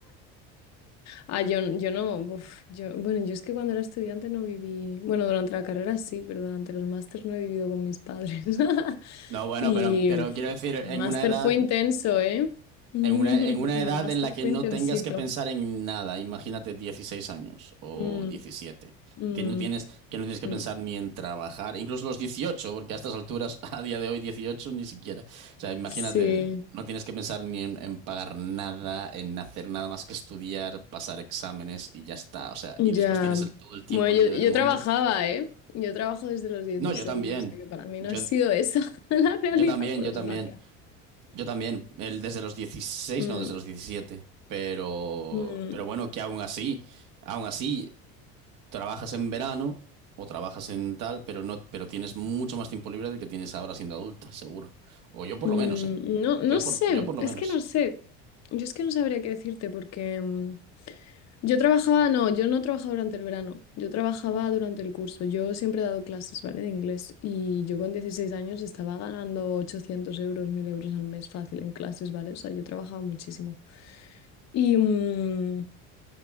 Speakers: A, on the left; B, on the right.
A: Ah, yo, n- yo no, uf, yo, bueno, yo es que cuando era estudiante no viví, bueno, durante la carrera sí, pero durante los másters no he vivido con mis padres. <laughs>
B: No, bueno,
A: Y
B: pero, pero
A: uf,
B: quiero decir, en
A: mi máster
B: una edad.
A: fue intenso, ¿eh? <laughs> Mi
B: En una, en una edad
A: máster
B: en la que
A: fue
B: no
A: intensito.
B: tengas que pensar en nada, imagínate 16 años o
A: Mm,
B: 17
A: mm,
B: que no tienes, que no tienes que
A: mm.
B: pensar ni en trabajar, incluso los 18 porque a estas alturas, <laughs> a día de hoy, 18 ni siquiera. O sea, imagínate,
A: Sí,
B: no tienes que pensar ni en, en pagar nada, en hacer nada más que estudiar, pasar exámenes y ya está. O sea,
A: ya.
B: y después tienes el- todo el tiempo
A: Bueno, yo,
B: libre del
A: yo
B: mundo.
A: trabajaba, ¿eh? Yo trabajo desde los dieciséis
B: No, yo también.
A: o sea que para mí
B: Yo,
A: no ha sido esa <laughs> la realidad,
B: yo también,
A: por
B: yo
A: desgracia.
B: también. Yo también, él desde los dieciséis,
A: Mm,
B: no, desde los 17, pero,
A: mm.
B: pero bueno, que aún así, aún así, trabajas en verano o trabajas en tal, pero no, pero tienes mucho más tiempo libre del que tienes ahora siendo adulta, seguro. O yo por
A: Mm,
B: lo menos, ¿eh?
A: no, no
B: Yo
A: sé,
B: por, yo por lo
A: es
B: menos.
A: que no sé. Yo es que no sabría qué decirte porque mm, yo trabajaba, no, yo no trabajaba durante el verano, yo trabajaba durante el curso. Yo siempre he dado clases, ¿vale? De inglés y yo con 16 años estaba ganando 800 euros, 1000 euros al mes fácil en clases, ¿vale? O sea, yo trabajaba muchísimo. Y, mm,